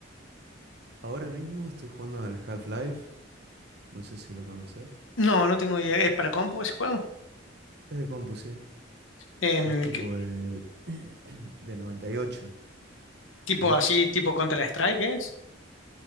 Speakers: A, on the right; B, on the left.
A: Ahora mismo estoy jugando al Half-Life, no sé si lo conoces.
B: No, no tengo idea. ¿Es para compu ese juego?
A: Es de compu, sí.
B: Em,
A: Es tipo
B: ¿qué-
A: del, <clears throat> del 98
B: tipo
A: viejo.
B: así, tipo Counter-Strike es?